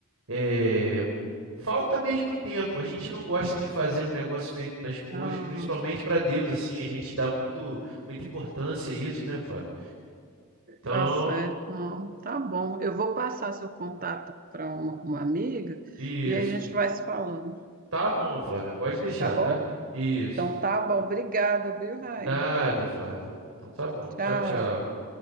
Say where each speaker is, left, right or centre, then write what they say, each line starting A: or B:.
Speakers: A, on the right (about 65°); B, on the right (about 40°).
A: eh, falta mesmo tempo. A gente não gosta de fazer um negócio feito nas coxas,
B: Ah,
A: principalmente para Deus, assim, a gente dá muito, muita importância a isso, né, Flávio? Então,
B: tá certo, não. Tá bom. Eu vou passar seu contato para uma uma amiga
A: isso.
B: e aí a gente vai se falando.
A: Tá bom, Flávia, pode deixar,
B: Tá bom?
A: tá? Isso.
B: Então tá bom. Obrigada, viu, Raia?
A: Nada, Flávio. Então tá bom.
B: Tchau.
A: Tchau, tchau.